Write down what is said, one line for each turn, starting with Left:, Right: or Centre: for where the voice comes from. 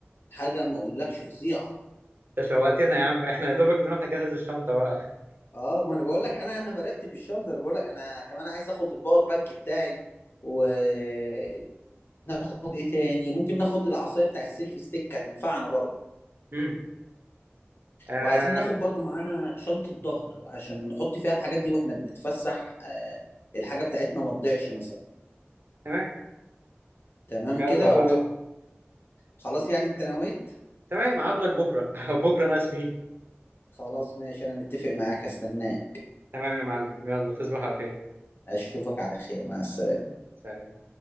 Left: حاجه ما اقولكش فظيعه
Right: انت شوقتنا يا عم <laughs> احنا يا دوبك نروح نجهز الشنطه بقى
Left: اه ما انا بقول لك انا انا برتب الشنطه انا بقول لك انا كمان عايز اخد الباور بانك بتاعي وناخد ايه تاني ممكن ناخد العصايه بتاع السيلفي ستيك هتنفعنا برضو
Right: امم آه،
Left: وعايزين ناخد برضو معانا شنطه ظهر عشان نحط فيها الحاجات دي واحنا بنتفسح آه الحاجه بتاعتنا ما تضيعش مثلا
Right: تمام
Left: تمام
Right: يلا
Left: كده
Right: بقى
Left: وخلاص يعني انت نويت
Right: تمام هقابلك بكره <laughs> بكره رسمي
Left: خلاص ماشي انا متفق معاك استناك
Right: تمام يا معلم يلا تصبح على خير
Left: اشوفك على خير مع السلامة
Right: سلام